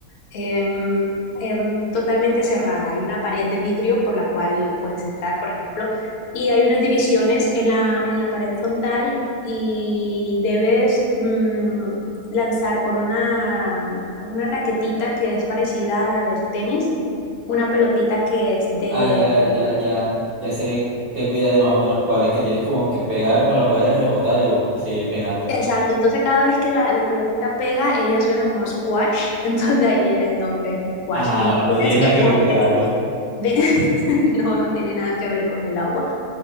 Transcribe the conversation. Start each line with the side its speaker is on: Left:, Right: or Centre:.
Left: em, em, totalmente cerrada. Hay una pared de vidrio por la cual puedes entrar, por ejemplo, y hay unas divisiones en la, en la pared frontal y debes mm, lanzar con una, una raquetita que es parecida a la del tenis una pelotita que es de...
Right: Ah, ya, ya, ya, ya sé, tengo idea de más o menos cuál es, que tienes como que pegar con la pared, rebotar y, bo- y seguir pegando.
Left: Exacto, entonces cada vez que la, la pelotita pega, ella suena como squash, <laughs> entonces de ahí viene el nombre squash.
Right: Ah,
Left: Y
Right: no
Left: tienes
Right: tiene nada
Left: que
Right: que
Left: correr
Right: ver con el agua.
Left: de... <laughs> No, no tiene nada que ver con el agua.